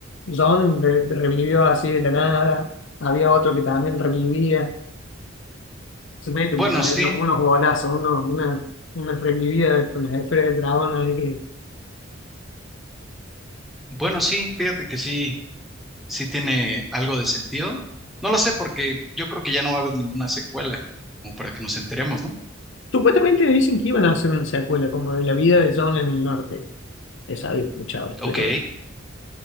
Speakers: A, on the left; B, in the centre.
A: John re- revivió así de la nada, había otro que también revivía, se meten
B: bueno,
A: por ahí
B: sí,
A: unos, unos golazos, unos- una, una revivida con las esferas del dragón, ahí que
B: bueno, sí, fíjate que sí. sí tiene algo de sentido. No lo sé porque yo creo que ya no va a haber ninguna secuela, como para que nos enteremos, ¿no?
A: supuestamente dicen que iban a hacer una secuela como de la vida de John en el norte, esa había escuchado,
B: Ok,
A: pero,